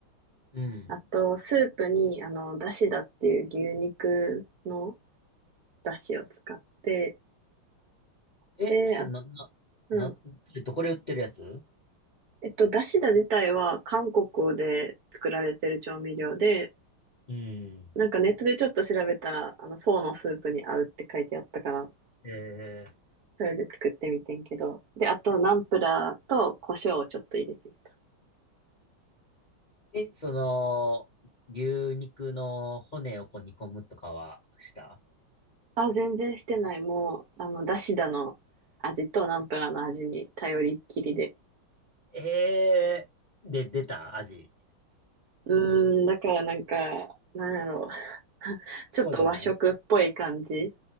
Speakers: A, on the left (about 80°); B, on the right (about 50°).
A: うん。
B: あと、スープに、あの、だしだっていう牛肉のだしを使って、
A: え、
B: で、
A: そんな、
B: あ、
A: な、
B: うん。
A: な、それどこで売ってるやつ
B: えっと、だしだ自体は韓国で作られてる調味料で、
A: うん。
B: なんかネットでちょっと調べたら、あの、フォーのスープに合うって書いてあったから、
A: え
B: それで作ってみてんけど。で、あと、ナンプラーと胡椒をちょっと入れてみた。
A: ええ、その、牛肉の骨をこう煮込むとかはした
B: あ、全然してない。もう、あの、だしだの味とナンプラーの味に頼りっきりで。
A: ええで、出た味。
B: うーん、だからなんか、なんやろう。<laughs>
A: そうじゃない
B: ちょっと和食っぽい感じ。